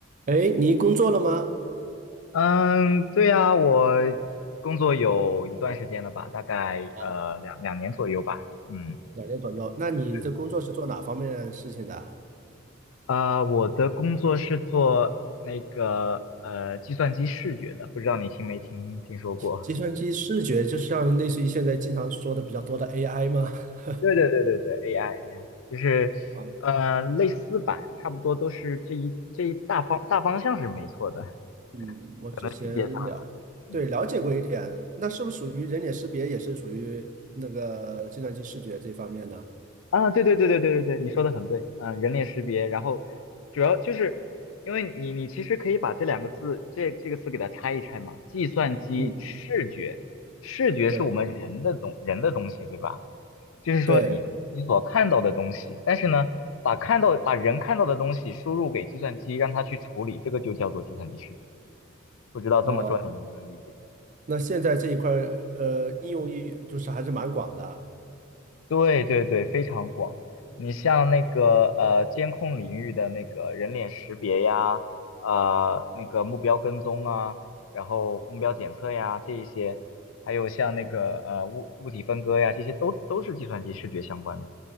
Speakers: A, on the right (about 40°); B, on the left (about 80°).
A: 哎，你工作了吗？
B: 嗯，对呀，我工作有一段时间了吧，大概呃两两年左右吧。
A: 哦，
B: 嗯，
A: 两年左右。那你的工作是做哪方面的事情的？
B: 对的，啊，我的工作是做那个呃计算机视觉的，不知道你听没听听说过？
A: 计算机视觉，就像类似于现在经常说的比较多的 AI 吗？<laughs>
B: 对对对对对，AI AI 就是呃类似吧，
A: 啊，
B: 差不多都是这一这一大方大方向是没错的，
A: 嗯，我之前了，
B: 可能细节上呢。
A: 对，了解过一点。那是不是属于人脸识别，也是属于那个计算机视觉这方面呢？
B: 啊，对对对对对对对，你说的很对，嗯，人脸识别，然后主要就是因为你你其实可以把这两个字这这个词给它拆一拆嘛，计算机视觉，
A: 嗯，
B: 视觉是我们人的东人的东西，
A: 对
B: 对吧？就是说你你所看到的东西，
A: 对，
B: 但是呢，把看到把人看到的东西输入给计算机，让它去处理，这个就叫做计算机视觉。不知道这么说你能不能理解？
A: 哦，那现在这一块儿呃，应用域就是还是蛮广的。
B: 对对对，非常广。你像那个呃，监控领域的那个人脸识别呀，呃，那个目标跟踪啊，然后目标检测呀，这一些，还有像那个呃物物体分割呀，这些都都是计算机视觉相关的。